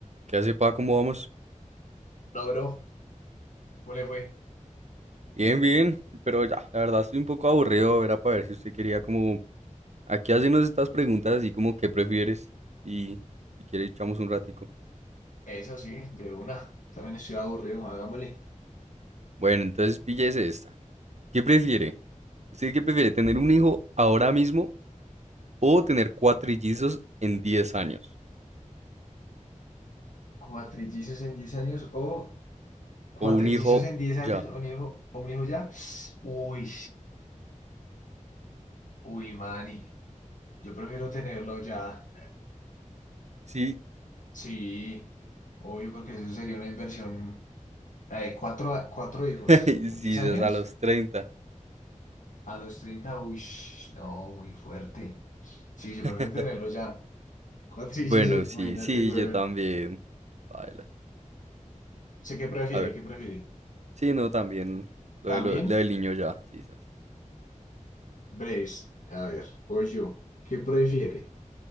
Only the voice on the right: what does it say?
¿Qué hace, pa? ¿Cómo vamos?
Bien, bien, pero ya, la verdad estoy un poco aburrido, era para ver si usted quería como aquí hacernos estas preguntas así como ¿qué prefieres? Y si quiere echamos un ratico.
Bueno, entonces píllese esta. ¿Qué prefiere? ¿Usted qué prefiere? ¿Tener un hijo ahora mismo o tener cuatrillizos en diez años?
O un hijo
ya.
Sí,
<laughs>
sí,
es a los treinta
<laughs>
Bueno,
sí, sí,
yo también. Baila.
A ver,
sí, no, también lo,
de lo- lo del niño ya, sí, sas.